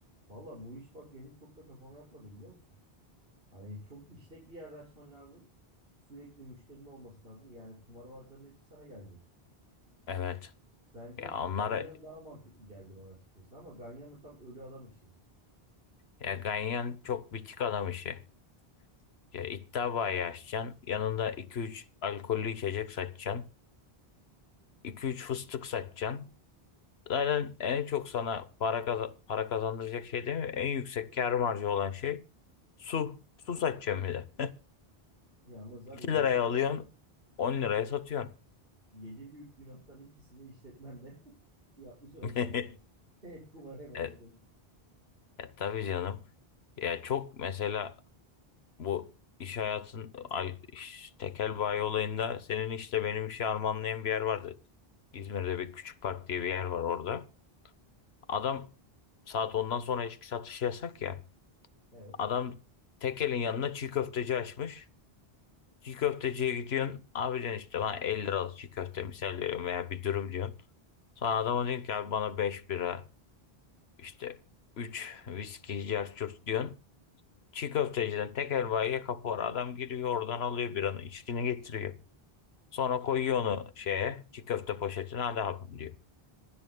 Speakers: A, on the right (about 65°); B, on the left (about 85°).
A: Valla bu iş bak benim çok da kafama yatmadı biliyor musun? Hani çok işlek bir yerde açman lazım. Sürekli müşterinin olması lazım. Yani kumarbazların hepsi sana gelecek.
B: Evet.
A: Bence
B: Ya
A: Ganyan
B: onlara
A: daha mantıklı geldi bana açıkçası ama Ganyan da tam ölü adam işi.
B: ya ganyan çok bitik adam işi. Ya iddia bayi açacaksın. Yanında iki üç alkollü içecek satacaksın. 2 üç fıstık satacaksın. Zaten en çok sana para, kaza- para kazandıracak şey değil mi? En yüksek kâr marjı olan şey su. Su satacaksın bir de.
A: Yalnız
B: <laughs>
A: var
B: 2
A: ya, yedi
B: liraya
A: büyük,
B: alıyorsun, 10 liraya satıyorsun.
A: yedi büyük günahtan ikisini işletmenle <laughs> yapmış olacaksın
B: <laughs>
A: yani. <laughs> Hem kumar hem alkol.
B: Evet, e, tabii canım. Ya çok mesela bu iş hayatın ay, iş- tekel bayi olayında senin işte benim işi armağanlayan bir yer vardı. İzmir'de bir küçük park diye bir yer var orada. Adam saat ondan sonra içki satışı yasak ya.
A: Evet.
B: Adam tekelin yanına çiğ köfteci açmış. Çiğ köfteciye gidiyorsun. Abi diyorsun işte bana 50 liralık çiğ köfte misal veriyorum veya bir dürüm diyorsun. Sonra adama diyorsun ki abi bana 5 bira işte 3 viski cerçurt diyorsun. Çiğ köfteciden tekel bayiye kapı var. Adam giriyor oradan alıyor biranı içkini getiriyor. Sonra koyuyor onu şeye çiğ köfte poşetine hadi abim diyor.